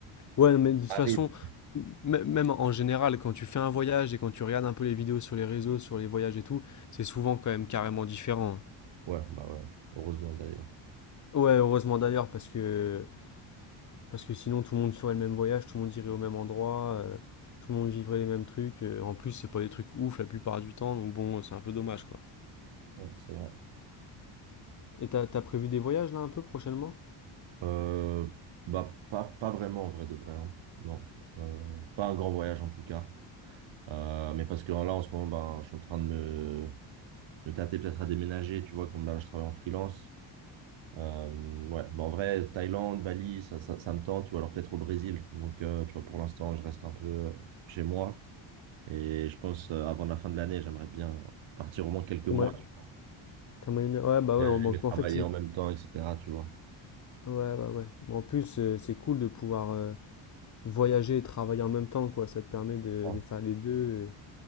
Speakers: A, on the left (about 35°); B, on the right (about 65°).
A: Ouais, non, mais de toute
B: Ça
A: façon,
B: Arrive.
A: m même en général, quand tu fais un voyage et quand tu regardes un peu les vidéos sur les réseaux, sur les voyages et tout, c'est souvent quand même carrément différent, hein.
B: Ouais, bah ouais. Heureusement d'ailleurs.
A: Ouais, heureusement d'ailleurs parce que Parce que sinon, tout le monde ferait le même voyage, tout le monde irait au même endroit, euh, tout le monde vivrait les mêmes trucs. euh, en plus, c'est pas des trucs ouf la plupart du temps, donc bon, c'est un peu dommage, quoi.
B: Ouais, c'est vrai.
A: Et t'as, t'as prévu des voyages là un peu prochainement?
B: Euh, bah, pas, pas vraiment en vrai de vrai. hein. Non. Euh, pas un grand voyage en tout cas. Euh, mais parce que là, en ce moment, ben, je suis en train de me, me tâter peut-être à déménager. Tu vois, comme ben, je travaille en freelance. Euh, ouais, bah, en vrai, Thaïlande, Bali, ça, ça, ça me tente, ou alors peut-être au Brésil. Donc, euh, tu vois, pour l'instant, je reste un peu euh, chez moi. Et je pense, euh, avant la fin de l'année, j'aimerais bien partir au moins quelques mois,
A: Ouais.
B: tu vois.
A: T'as moyen de- Ouais, bah
B: Voyager,
A: ouais, en, en
B: mais travailler
A: fait, si.
B: en même temps, etc., tu vois.
A: Ouais, ouais, ouais. Mais En plus, euh, c'est cool de pouvoir euh, voyager et travailler en même temps, quoi. Ça te permet de,
B: Ah.
A: de faire les deux. euh,